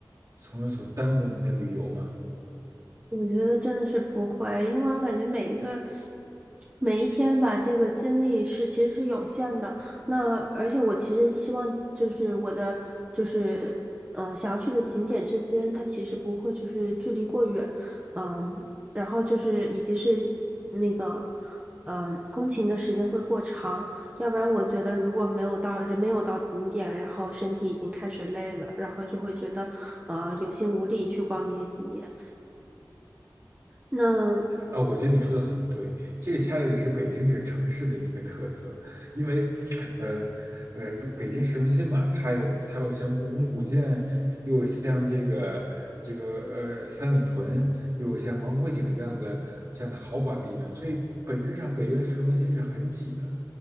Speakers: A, on the right (about 50°); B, on the right (about 20°).
A: 从而所耽误你的旅游吗？
B: 我觉得真的是不会，因为我感觉每一个每一天吧，这个精力是其实是有限的。那而且我其实希望就是我的就是嗯、呃想要去的景点之间，它其实不会就是距离过远，嗯，然后就是以及是那个嗯、通勤的时间会过长，要不然我觉得如果没有到人没有到景点，然后身体已经开始累了，然后就会觉得呃有心无力去逛那些景点。那
A: 啊，我觉得你说的很对，这个恰恰也是北京这个城市的一个特色，因为，呃，呃，如北京市中心嘛，它有它有像故宫古建，又有像这个这个呃三里屯，又有像王府井这样的这样的豪华地段，所以本质上北京的市中心是很挤的。